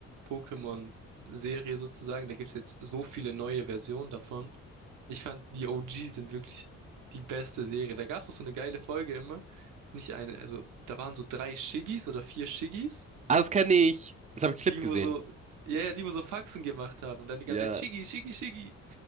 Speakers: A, on the right; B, on the right.
A: Pokémon-Serie sozusagen. Da gibt's jetzt so viele neue Versionen davon. Ich fand, die OG sind wirklich die beste Serie. Da gab's auch so eine geile Folge immer. Nicht eine, also da waren so drei Shiggies oder vier Shiggies,
B: Ah, das kenne ich. Das habe ich Clip
A: die
B: gesehen.
A: wo so, ja, ja, die wo so Faxen gemacht haben und dann die
B: Ja.
A: ganze Zeit Shiggy, Shiggy, Shiggy.